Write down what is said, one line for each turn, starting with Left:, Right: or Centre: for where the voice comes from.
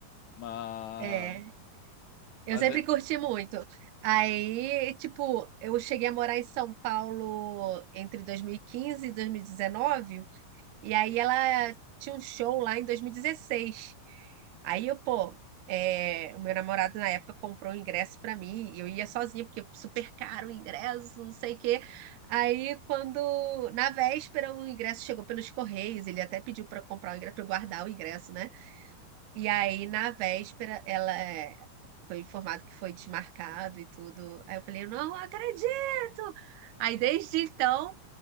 Left: Mas,
Right: É. Eu
Left: mas
Right: sempre
Left: é.
Right: curti muito. Aí, tipo, eu cheguei a morar em São Paulo entre dois mil e quinze e dois mil e dezenove, E aí ela tinha um show lá em 2016. Aí eu, pô, é, o meu namorado na época comprou o ingresso pra mim, e eu ia sozinha, porque super caro o ingresso, não sei o quê. Aí, quando, na véspera, o ingresso chegou pelos Correios, ele até pediu pra eu comprar o ingresso, pra eu guardar o ingresso, né? E aí, na véspera, ela é, foi informado que foi desmarcado e tudo. Aí eu falei, eu não acredito! Aí, desde então,